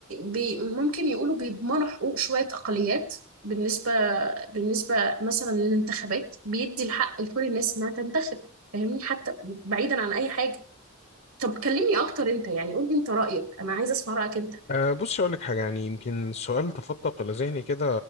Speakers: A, on the right; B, on the left.
A: بي ممكن يقولوا بيضمنوا حقوق شوية أقليات بالنسبة بالنسبة مثلا للانتخابات بيدي الحق لكل الناس إنها تنتخب فاهمني حتى بعيدا عن أي حاجة طب كلمني أكتر أنت يعني قول لي أنت رأيك أنا عايزة أسمع رأيك أنت
B: أه بص أقول لك حاجة يعني يمكن السؤال تفتق إلى ذهني كده